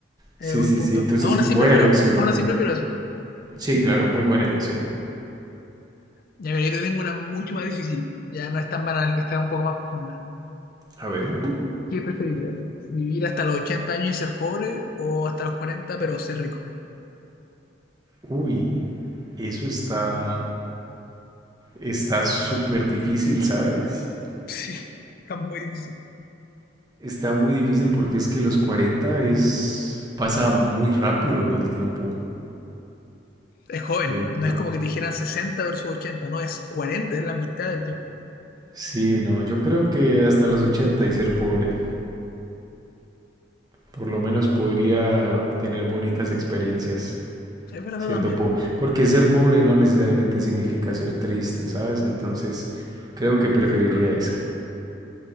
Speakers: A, on the left; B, on the right.
A: Eh,
B: Sí,
A: buen
B: sí,
A: punto.
B: sí. Entonces,
A: Aún
B: buena
A: así prefiero,
B: elección.
A: aún así prefiero eso.
B: Sí, claro, muy buena elección.
A: Ya mira, yo te tengo una mucho más difícil. Ya no es tan banal, está un poco más profunda.
B: A ver.
A: ¿Qué preferirías? ¿Vivir hasta los 80 años y ser pobre o hasta los cuarenta pero ser rico?
B: Uy, eso está, está súper difícil, ¿sabes?
A: Sí, está muy difícil.
B: Está muy difícil porque es que los 40 es... pasa muy rápido el tiempo.
A: Es joven,
B: Ento-
A: no es como que te dijeran 60 versus ochenta no, es cuarenta es la mitad del tiempo.
B: sí, no, yo creo que hasta los 80 y ser pobre. Por lo menos podría tener bonitas experiencias
A: Es verdad
B: siendo
A: también,
B: pobre. Porque ser pobre no necesariamente significa ser triste, ¿sabes? Entonces, creo que preferiría esa.